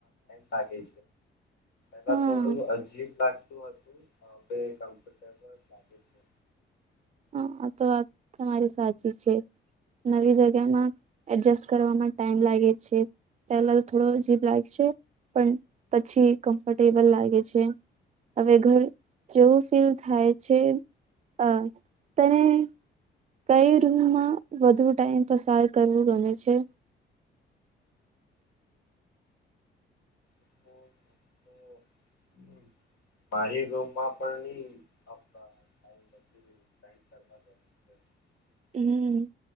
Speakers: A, on the left; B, on the right.
A: લાગ છે પલા
B: હા
A: થોડું અજીબ લાગ શું હતું હ કમફર્ટેબલ લાગે છે
B: હ આ તો વાત તમારી સાચી છે નવી જગ્યામાં એડજસ્ટ કરવામાં ટાઈમ લાગે છે પહેલા તો થોડો જીભ લાગ છે પણ પછી કમ્ફર્ટેબલ લાગે છે હવે ઘર જેવું ફીલ થાય છે અ તને કઈ રૂમમાં વધુ ટાઈમ પસાર કરવું ગમે છે
A: પણ
B: હમ